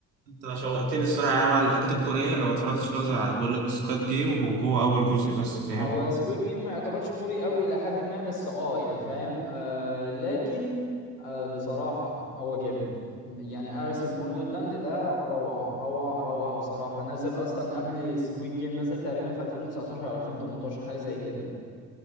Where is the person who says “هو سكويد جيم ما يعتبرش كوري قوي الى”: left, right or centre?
Left